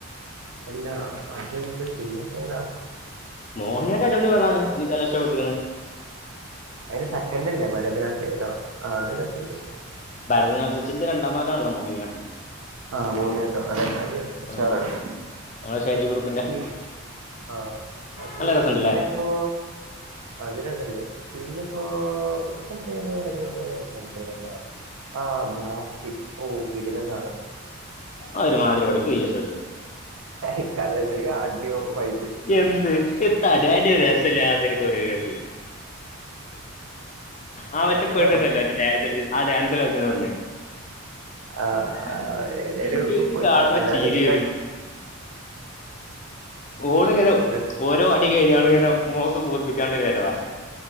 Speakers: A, on the right; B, on the left.
A: അല്ലാ അത്ണ്ട് പിന്നെപ്പേതാ
B: മോഹനിയാട്ടടിപൊളി പടാണ്, എനിക്കല്ലഷ്പ്പെട്ടക്ക്ണ്
A: അയ്ൻ്റെസെക്കൻ്റല്ലേ ഭരതനാട്യേതോ ആ അത് രസണ്ട്
B: ഭരതനാട്യത്തിന്റെ രണ്ടാം ഭാഗാണല്ലോ മോഹിനിയാട്ടം
A: ആ മോഹിനിയാട്ടം അതല്ലെ, അത് ഉഷാറാണ്
B: ആ, നമ്മുടെ ഷാജി ഗ്രൂപ്പിന്റെ
A: ഉംആ അത്
B: നല്ല രസമുണ്ടല്ലേ
A: പിന്നെപ്പോ അതില്ത്ണ്ട് പിന്നെപ്പോ അത് ഇപ്പൊന്നോ കഴിഞ്ഞന്നേ കണ്ട്ണല്ലോ ആ ബ്ലാസ്റ്റ് ഓ കിടിലൻ സാന
B: അഒരുമാതിരി പട, ഇക്ക് തീരെ ഇഷ്ടപെട്ടില്ല
A: ഇക്കല്ലഷയി ആ അട്യും ഫൈ
B: എന്ത് എത്താ അടി അയ്ൻ്റ ഒരസല്ലാത്തൊരു കൊറിയോഗ്രാഫി ആ മറ്റെ
A: എത്ര
B: പെണ്ണ്ണ്ടല്ലോറ്റെ ഡാൻസ് കൾച്ച് ആ ഡാൻസ് കളിച്ചണ പെണ്ണ്
A: ആ
B: ഹ്
A: ഏതായാലും
B: ഹേ ചീക്ക്
A: പെണ്ണുങ്ങൾ
B: കാണുമ്പോ
A: എല്ലാരും
B: ചിരിവരും
A: അടി
B: ഓളങ്ങനെ
A: ഉണ്ടാക്കും
B: ഓരോ അടി കഴിഞാണ്ട്ങ്ങന മുഖായൊക്കെ കൂർപ്പിച്ചാണ്ടരുവരവാ